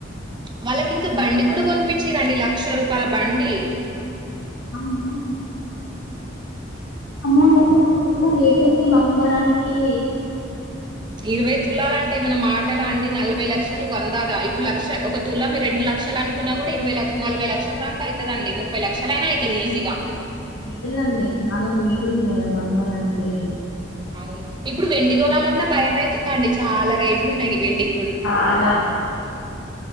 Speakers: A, on the right; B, on the left.
A: వాళ్ళకి ఇంకా బండి కూడా కొనిపించిరండి లక్ష రూపాయల బండి
B: అమ్మో అమౌంట్ అసలు నువ్వు ఇంత రేట్ ఉంది బంగారానికి
A: ఇరవై తులాల అంటే మన మాటలా అండి నలభై లక్షలు అందాదా ఇప్పుడు లక్ష ఒక తుల మీరు రెండు ల లక్షలు అనుకున్నా కూడా ఇరవై లక్ష నలభై లక్షల దాక అవుతుద అండి ముప్పై లక్ష అయినా అవుతుది ఈజీగా
B: అయితుదండి చాలా రేట్ ఉంది కదా బంగారానికి
A: అవును ఇప్పుడు వెండి కోనాలన్నా భయం అవుతుంది అండి చాలా రేట్లు ఉన్నాయి వెండి
B: చాలా